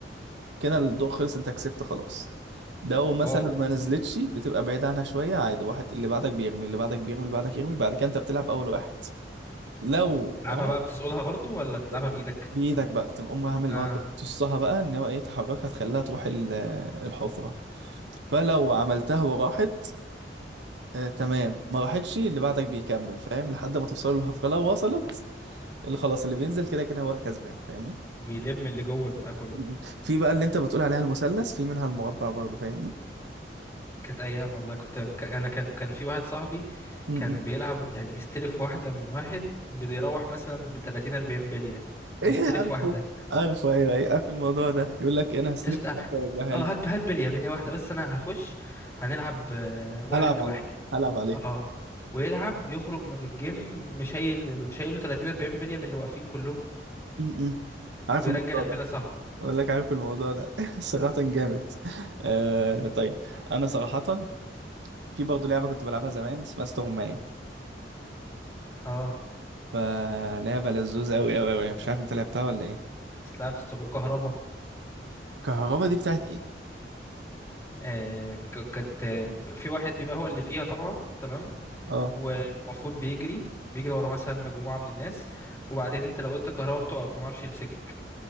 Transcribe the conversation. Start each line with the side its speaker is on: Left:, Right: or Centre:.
Right: كده الضوء خلص انت كسبت خلاص لو مثلا
Left: واو
Right: ما نزلتش بتبقى بعيد عنها شويه عادي واحد اللي بعدك بيرمي اللي بعدك بيرمي اللي بعدك يرمي بعد كده انت بتلعب اول واحد لو
Left: بتلعبها
Right: راح
Left: بقى بتسقلها برضو ولا بتلعبها
Right: <laughs>
Left: بايدك
Right: بايدك بقى بتبقى امها عامل
Left: اه
Right: بقى تقصها بقى ان هو ايه تحركها تخليها تروح ال- <hesitation> الحفره فلو عملتها وراحت آه تمام ما راحتش اللي بعدك بيكمل فاهم لحد ما توصل للحفره لو وصلت اللي خلاص اللي بينزل كده كده هو الكسبان فاهمني
Left: بيلم اللي جوه البتاع كله
Right: م- م. في بقى اللي انت بتقول عليها المثلث في منها المربع برضه فاهمني
Left: كانت ايام والله كنت ك- انا كان كان في واحد صاحبي
Right: م-
Left: كان
Right: م.
Left: بيلعب يعني يستلف واحده من واحد بيروح مثلا ب 30 40 بليه
Right: <laughs> ايه
Left: مستلف
Right: عارفه
Left: واحده
Right: عارفه ايوه ايوه عارف الموضوع ده يقول لك انا هستلف
Left: يست... اه
Right: منك وارجعها
Left: آه،
Right: لك
Left: هات هات بليه بليه واحده بس انا هخش هنلعب آه، واحد
Right: هلعب
Left: لواحد
Right: عليه هلعب عليه
Left: اه ويلعب يخرج من الجيم مشايل مشايله 30 40 بليه من اللي واقفين كلهم
Right: م- م. عارف
Left: ويرجع
Right: الموضوع
Left: البليه
Right: ده
Left: صاحبه
Right: اقول لك عارف الموضوع ده <laughs> صراحة جامد آه طيب انا صراحة في برضه لعبة كنت بلعبها زمان اسمها استغماية
Left: اه
Right: فلعبة لذوذة قوي قوي قوي مش عارف انت لعبتها ولا ايه
Left: بس لعبت وكهربا
Right: الكهربا دي بتاعت ايه
Left: آه، ك- كانت آه، في واحد بيبقى هو اللي فيها طبعا تمام
Right: اه
Left: ومفروض بيجري بيجري ورا مثلا مجموعة من الناس وبعدين انت لو قلت كهربا بتقف فما اعرفش يمسكك